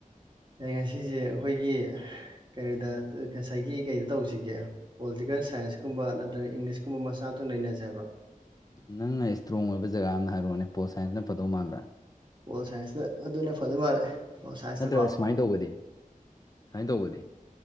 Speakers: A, on the right; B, on the left.
A: ꯑꯩ ꯉꯁꯤꯁꯦ ꯑꯩꯈꯣꯏꯒꯤ ꯀꯩꯗ ꯉꯁꯥꯏꯒꯤ ꯀꯩꯗ ꯇꯧꯁꯤꯒꯦ ꯄꯣꯂꯤꯇꯤꯀꯦꯜ ꯁꯥꯏꯟꯁꯀꯨꯝꯕ ꯅꯠꯇ꯭ꯔꯒ ꯏꯪꯂꯤꯁꯀꯨꯝꯕ ꯃꯆꯥ ꯅꯩꯅꯖꯦ ꯍꯥꯏꯕ꯭ꯔꯣ
B: ꯅꯪꯅ ꯁꯇ꯭ꯔꯣꯡ ꯑꯣꯏꯕ ꯖꯒꯥ ꯑꯃ ꯍꯥꯏꯔꯛꯑꯣꯅꯦ ꯄꯣꯜ ꯁꯥꯏꯟꯁꯅ ꯐꯗꯧ ꯃꯥꯟꯕ꯭ꯔꯥ
A: ꯄꯣꯜ ꯁꯥꯏꯟꯁꯅ ꯑꯗꯨꯅ ꯐꯗꯧ ꯃꯥꯜꯂꯦ ꯄꯣꯜ ꯁꯥꯏꯟꯁꯇꯀꯣ
B: ꯅꯠꯇ꯭ꯔꯒ ꯁꯨꯃꯥꯏꯅ ꯇꯧꯕꯗꯤ ꯁꯨꯃꯥꯏꯅ ꯇꯧꯕꯗꯤ